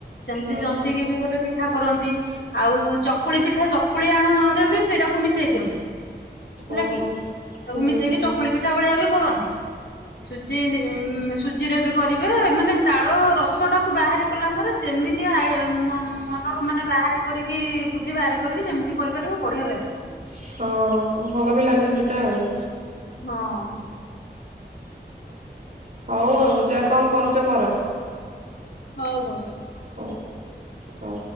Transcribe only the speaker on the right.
ହଁ
ଓହୋ।
ହୁଁ
ହଁ ଭଲ ବି ଲାଗେ ସେଟା ଆଉ।
ହଉ ଆଉ ଯା କଁ କରୁଚ କର।
ହଉ ହଁ।